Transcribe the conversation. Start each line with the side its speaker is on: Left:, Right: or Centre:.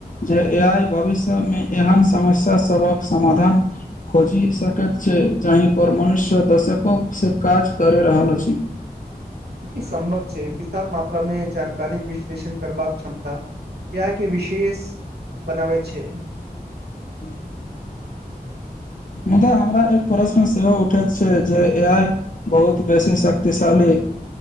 Left: जे ए आइ भविष्यमे एहन समस्या सभक समाधान खोजि सकैत छै जाहिपर मनुष्य दशकों से काज करि रहल अछि
Right: ई सम्भव छै विशाल मात्रा मे जानकारीे विश्लेषण करबाक क्षमता इहाए कि विशेष बनाबै छै
Left: <unintelligible> मुदा हमरा एक प्रश्न सेहो उठैत छै जे ए आइ बहुत बेसी शक्तिशाली